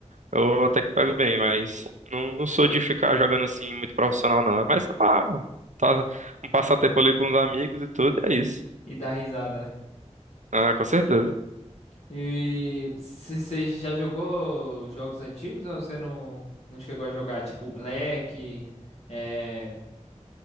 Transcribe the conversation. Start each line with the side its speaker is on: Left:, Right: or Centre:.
Right: eu até que pego bem, mas não, não sou de ficar jogando assim muito profissional, não. É mais pra, tá, um passatempo ali com os amigos e tudo, e é isso.
Left: e dá risada, né?
Right: Ah, com certeza.
Left: E você já jogou jogos antigos ou você não, não chegou a jogar? Tipo Black, é,